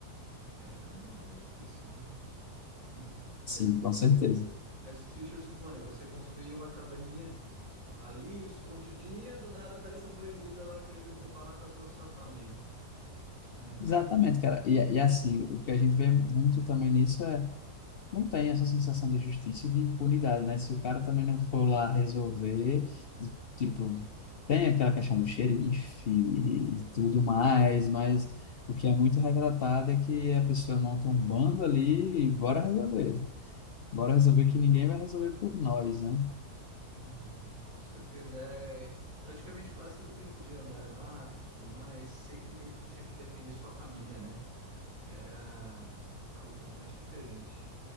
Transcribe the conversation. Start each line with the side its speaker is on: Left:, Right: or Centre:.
Right: era, era difícil, né? Hum.
Left: Sim,
Right: Mas o triste,
Left: com certeza.
Right: mas o triste, eu suponho, é você construiu uma cabaninha ali escondidinha, do nada aparece um bandido lá querendo roubar, matar toda a sua família, né?
Left: Exatamente, cara. E, e assim, o que a gente vê muito também nisso é, não tem essa sensação de justiça e de impunidade, né? Se o cara também não for lá resolver, tipo, tem aquela questão do xerife e tudo mais, mas o que é muito retratado é que a pessoa monta um bando ali e bora resolver. Bora resolver que ninguém vai resolver por nós, né?
Right: Uhum, com certeza. É, praticamente lá você também podia andar armado, tudo mais. Você que meio que tinha que defender sua família, né? Era algo totalmente diferente